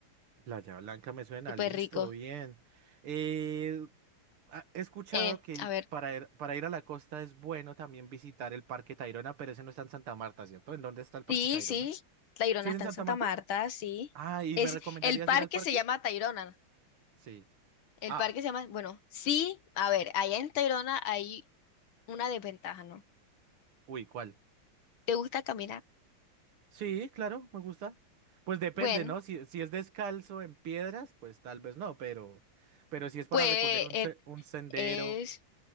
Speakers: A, on the right; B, on the left.
A: Playa Blanca me suena,
B: Súper
A: listo,
B: rico.
A: bien. Eh, ah, he escuchado
B: Eh,
A: que
B: a ver,
A: para ir, para ir a la costa es bueno también visitar el Parque Tayrona, pero ese no está en Santa Marta, ¿cierto? ¿En dónde está el Parque
B: sí,
A: Tayrona?
B: sí, Tayrona
A: ¿Sí es
B: está
A: en Santa
B: en Santa
A: Marta?
B: Marta, sí.
A: Ah, ¿y
B: Es,
A: me recomendarías
B: el parque
A: ir al parque?
B: se llama Tayrona.
A: Sí.
B: El
A: Ah,
B: parque se llama, bueno, sí, a ver, allá en Tayrona hay una desventaja, ¿no?
A: uy, ¿cuál?
B: ¿Te gusta caminar?
A: Sí, claro, me gusta. Pues depende,
B: Bueno,
A: ¿no? Si, si es descalzo en piedras, pues tal vez no, pero, pero si es
B: pues
A: para recorrer un,
B: eh,
A: se- un sendero
B: es,